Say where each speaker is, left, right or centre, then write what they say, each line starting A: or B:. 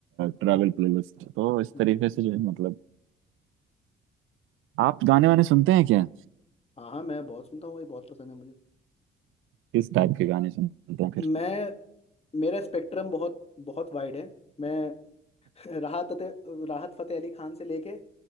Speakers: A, on the right (about 85°); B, on the left (about 30°).
A: travel playlist तो इस
B: हम्म।
A: तरीके से जो है मतलब आप गाने वाने सुनते हैं क्या
B: हाँ हाँ मैं बहुत सुनता हूँ ये बहुत पसंद है मुझे
A: किस टाइप के गाने सुनते हैं फिर
B: मैं मेरा स्पेक्ट्रम बहुत बहुत वाइड है मैं <laughs> राहत फतेह राहत फतेह अली खान से लेके